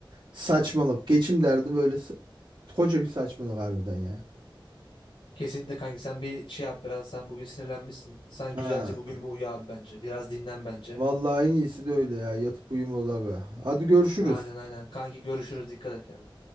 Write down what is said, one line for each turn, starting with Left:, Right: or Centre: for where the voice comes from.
Right: Saçmalık. Geçim derdi böyle sa- koca bir saçmalık harbiden ya.
Left: Kesinlikle kanki sen bir şey yap biraz sen bugün sinirlenmişsin. Sen
Right: Ha.
Left: güzelce bugün bir uyu abi bence. Biraz dinlen bence.
Right: Vallahi en iyisi de öyle ya. Yatıp uyumaları. Hadi görüşürüz.
Left: Aynen aynen. Kanki görüşürüz. Dikkat et kendine.